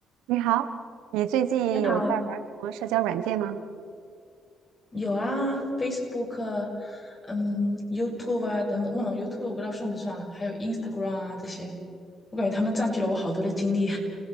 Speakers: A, on the right; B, on the left.
A: 你好，你最近有在玩什么社交软件吗？
B: 你好，有啊，Facebook，嗯，YouTube 啊等等，不能 YouTube 我不知道算不算了，还有 Instagram 啊这些，我感觉他们占据了我好多的精力。